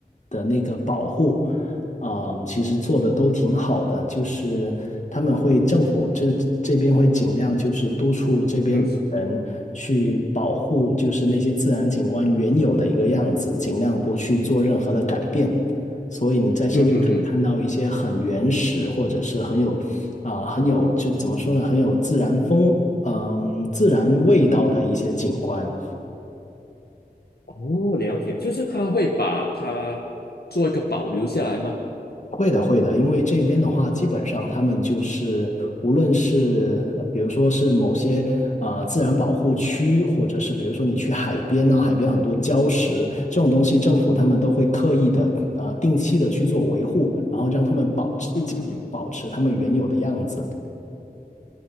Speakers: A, on the left; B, on the left.
A: 的那个保护。啊，其实做的都挺好的，就是他们会政府这这边会尽量就是督促这边的人去保护，
B: 嗯哼，
A: 就是那些自然景观原有的一个样子，尽量不去做任何的改变。所以你在这边可以看到一些很原始，
B: 嗯哼嗯哼。
A: 或者是很有啊、很有就怎么说呢，很有自然风嗯、自然味道的一些景观。
B: 哦，了解，就是他会把它做一个保留下来吗？
A: 会的，会的，因为这边的话，基本上他们就是无论是呃比如说是某些啊、自然保护区，或者是比如说你去海边啊，海边很多礁石这种东西，政府他们都会刻意的呃定期的去做维护，然后让他们保持尽量保持他们原有的样子。
B: 嗯嗯